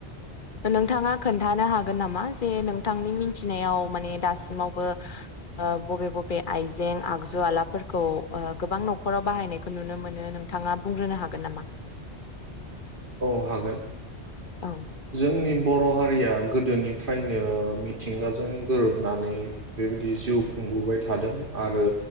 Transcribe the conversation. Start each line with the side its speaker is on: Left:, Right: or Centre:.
Left: नोंथाङा खोन्थानो हागोन नामा जे नों थांनि मिथिनायाव माने दासिमावबो ओ बबे बबे आइजें आगजु आलाफोरखौ ओ गोबां न'खराव बाहायनायखौ नुनो मोनो नोंथाङा बुंग्रोनो हागोन नामा?
Right: औ हागोन।
Left: औ
Right: जोंनि बर' हारिया गोदोनिफ्रायनो मिथिंगाजों गोरोबनानै बेबायदि जिउ खुंबोबाय थादों आरो